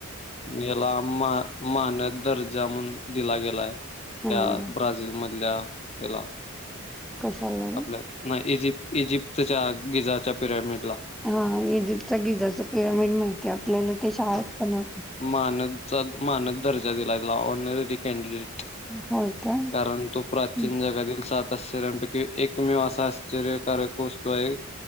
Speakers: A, on the left; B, in the centre.
A: म हेला मा मानल दर्जा म्हणून दिला गेलाय त्या
B: ना हां,
A: ब्राझील मधल्या हेला.
B: कशाला रे?
A: आपल्या म इजिप्त इजिप्तच्या गिजाच्या पिरॅमिडला.
B: हा इजिप्तचा गिजाचा पिरॅमिड माहिती आहे आपल्याला ते शाळेत पण होत.
A: मानतचा मानद दर्जा दिला गेला ऑनररी कॅनडिडेट.
B: होय. का?
A: कारण तो प्राचीन
B: हं,
A: जगातील सात आश्चरपैकी एक मेव असा आश्चर्यकारक पोहचतो आहे